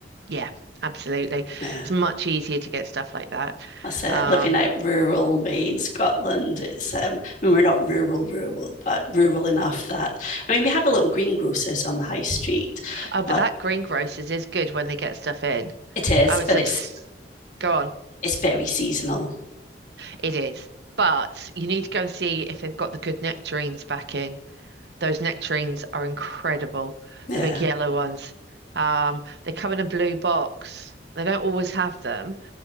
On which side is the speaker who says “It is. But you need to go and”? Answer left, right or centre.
Right